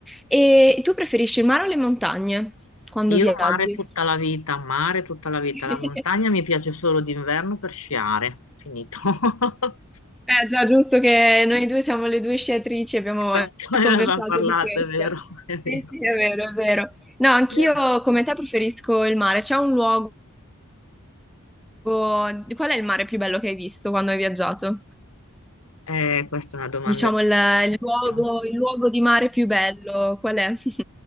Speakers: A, in the centre; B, on the left (about 80°).
A: E tu preferisci il mare o le montagne quando
B: Io
A: viaggi?
B: mare tutta la vita, mare tutta la vita.
A: <laughs>
B: La montagna mi piace solo d'inverno per sciare. Finito. <laughs>
A: Eh già, giusto che noi due siamo le due sciatrici, abbiamo
B: Esatto,
A: eh,
B: ne
A: conversato
B: avevamo parlato,
A: di questo.
B: è vero, è vero.
A: Sì, sì, è vero, è vero. No, anch'io
B: Io
A: come te preferisco il mare. C'è un luogo... Qual è il mare più bello che hai visto quando hai viaggiato?
B: Eh, questa è una domanda
A: Diciamo
B: difficilissima.
A: il, il luogo, il luogo di mare più bello, qual è? <laughs>